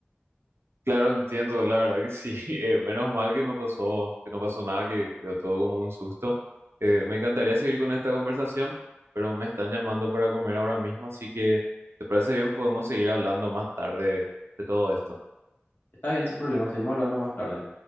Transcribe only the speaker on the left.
Está bien, sin problema, seguimos hablando más tarde.